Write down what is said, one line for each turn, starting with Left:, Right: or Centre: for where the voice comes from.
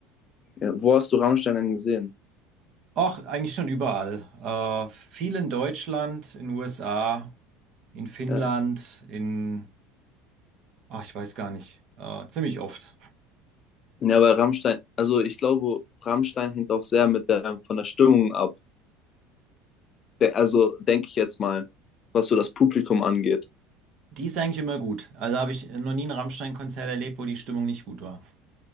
Left: ja. Wo hast du Rammstein denn gesehen?
Right: Ach, eigentlich schon überall. Äh, viel in Deutschland, in USA, in Finnland,
Left: Ja.
Right: in, ach, ich weiß gar nicht, äh, ziemlich oft.
Left: ja, aber Rammstein, also ich glaube, Rammstein hängt auch sehr mit der, von der Stimmung ab. De also denke ich jetzt mal, was so das Publikum angeht.
Right: Die ist eigentlich immer gut. Also habe ich noch nie ein Rammstein-Konzert erlebt, wo die Stimmung nicht gut war.